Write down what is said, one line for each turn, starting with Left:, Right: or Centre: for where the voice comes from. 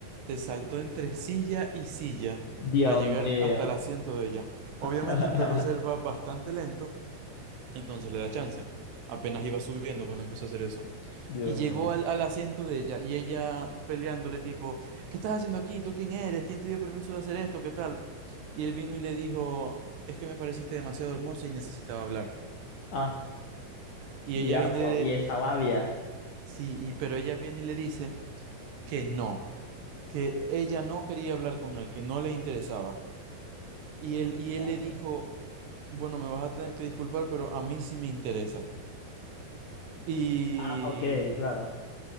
Right: se saltó entre silla y silla
Left: Dios
Right: para llegar
Left: mío.
Right: hasta el asiento de ella.
Left: <laughs>
Right: Obviamente el carrusel va bastante lento, entonces le da chance. Apenas iba subiendo cuando empezó a hacer eso.
Left: Dios
Right: Y llegó
Left: mío.
Right: al, al asiento de ella y ella peleándole tipo, ¿qué estás haciendo aquí? ¿Tú quién eres? ¿Quién te dio permiso de hacer esto? ¿Qué tal? Y él vino y le dijo, es que me pareciste demasiado hermosa y necesitaba hablarte.
Left: Ah,
Right: Y
Left: diablo.
Right: ella viene,
Left: Y esa labia.
Right: sí, y, pero ella viene y le dice que no, que ella no quería hablar con él, que no le interesaba Y él, y él
Left: Anda.
Right: le dijo, bueno, me vas a tener que disculpar, pero a mí sí me interesa. Y,
Left: Ah, ok, claro.